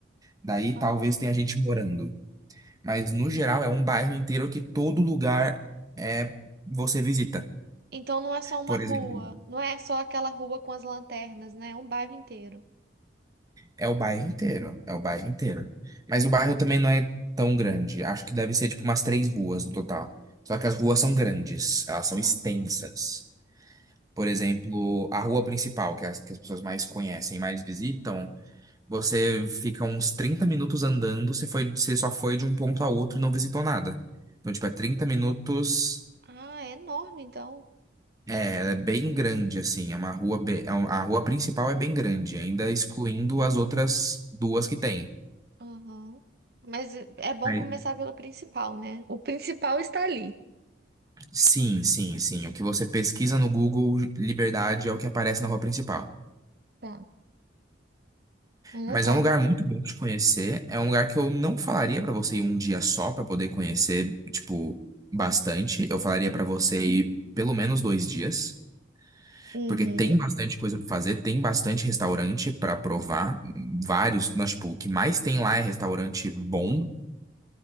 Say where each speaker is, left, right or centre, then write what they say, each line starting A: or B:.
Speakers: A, on the right; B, on the right.
A: Daí
B: aham.
A: talvez tenha gente morando. Mas no geral é um bairro inteiro que todo lugar é você visita.
B: Então não é só uma
A: Por
B: rua,
A: exemplo,
B: não é só aquela rua com as lanternas, né? É um bairro inteiro.
A: é o bairro inteiro, é o bairro inteiro. Mas o bairro também não é tão grande. Acho que deve ser tipo umas três ruas no total. Só que as ruas são grandes, elas são extensas.
B: Aham.
A: Por exemplo, a rua principal, que é as, que as pessoas mais conhecem, mais visitam, você fica uns 30 minutos andando, você foi, você só foi de um ponto a outro e não visitou nada. Então, tipo, é trinta minutos
B: Ah, é enorme então.
A: É, ela é bem grande, assim, é uma rua, be- é um- a rua principal é bem grande, ainda excluindo as outras duas que tem.
B: Aham. Mas é é bom
A: Mas-
B: começar pelo principal, né? O principal está ali.
A: Sim, sim, sim. O que você pesquisa no Google Liberdade é o que aparece na rua principal.
B: Tá, anotado
A: Mas é um lugar
B: aqui.
A: muito bom de conhecer. É um lugar que eu não falaria pra você ir um dia só pra poder conhecer, tipo, bastante. Eu falaria pra você ir pelo menos dois dias,
B: Uhum.
A: porque tem bastante coisa pra fazer, tem bastante restaurante pra provar, vários, mas tipo, o que mais tem lá é restaurante bom.